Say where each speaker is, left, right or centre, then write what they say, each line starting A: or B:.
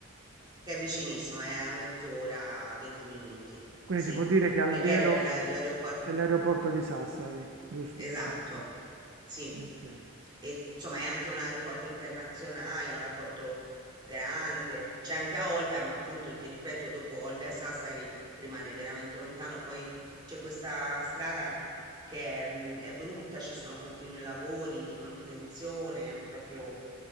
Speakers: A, on the right; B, on the right.
A: che è vicinissimo, è a mezz'ora, 20 minuti.
B: Quindi
A: Sì,
B: si può dire che Alghero
A: Alghero è la- l'aeroporto.
B: è l'aeroporto di Sassari, giusto?
A: Esatto,
B: Di fatto.
A: sì.
B: Ok.
A: E insomma è anche un aeroporto internazionale, un aeroporto grande, c'è anche a Olbia, ma appunto ti ripeto, dopo Olbia Sassari rimane veramente lontano. Poi c'è questa strada che mm, è, brutta, ci sono continui lavori di manutenzione, è proprio